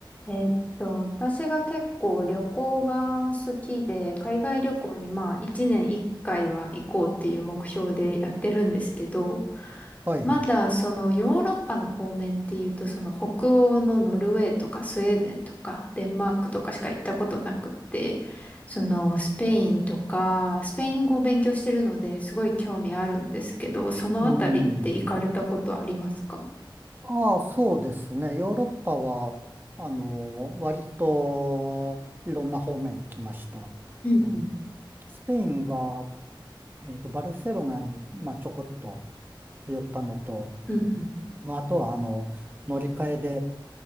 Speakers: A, on the left (about 20°); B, on the right (about 25°).
A: えーっと、私が結構旅行が好きで、海外旅行にまあ1年1回は行こうっていう目標でやってるんですけど、
B: はい。
A: まだそのヨーロッパの方面っていうと、その北欧のノルウェーとかスウェーデンとかデンマークとかしか行ったことなくって、そのスペインとか、
B: え
A: スペイン語を勉強してるのですごい興味あるんですけど、そのあたりって行かれたことありますか
B: うん。ああ、そうですね。ヨーロッパは、あの、割といろんな方面行きました。
A: うんうん
B: ね、スペインは、えっと、バルセロナに、まあ、ちょこっと寄ったのと、
A: うんうん。
B: まあ、あとは、あの、乗り換えで、